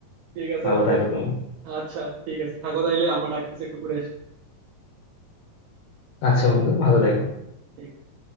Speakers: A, on the right; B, on the left.
A: আছে
B: ভালো
A: বন্ধু
B: থাকো তুমি
A: আচ্ছা ঠিক আছে থাকো তাইলে আমরা ডাকতেছি একটু ঘুরে আসি
B: আচ্ছা বন্ধু ভালো থাকো
A: ঠিক আছে